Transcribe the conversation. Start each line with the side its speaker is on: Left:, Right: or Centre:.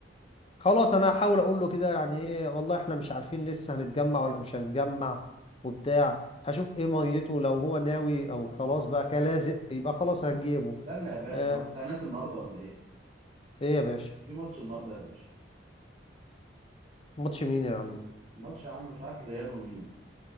Left: خلاص انا هحاول اقول له كده يعني ايه والله احنا مش عارفين لسه هنتجمع ولا مش هنتجمع وبتاع هشوف ايه ميته لو هو ناوي او خلاص بقى كلازق يبقى خلاص هنجيبه
Right: استنى يا باشا
Left: آه
Right: انت ناس النهارده ولا ايه
Left: ايه يا باشا
Right: في ماتش النهارده يا باشا
Left: ماتش مين يا عم
Right: ماتش يا عم مش عارف الريال ومين